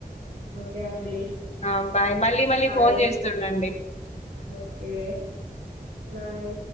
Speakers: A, on the right; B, on the left.
A: ఓకే అండి
B: ఆ బాయ్ మళ్ళీ మళ్ళీ
A: బాయ్
B: ఫోన్ చేస్తుండండి
A: ఓకే బాయ్